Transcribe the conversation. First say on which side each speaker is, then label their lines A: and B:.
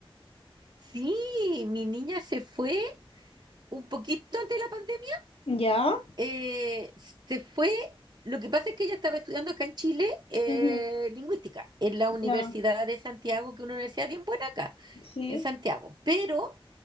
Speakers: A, on the right; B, on the left.
A: Sí, mi niña se fue un poquito antes de la pandemia.
B: Ya,
A: eh, se fue, lo que pasa es que ella estaba estudiando acá en Chile eh,
B: Ujú,
A: lingüística, en la Universidad
B: Ya,
A: de Santiago, que es una universidad bien buena acá,
B: sí,
A: en Santiago, pero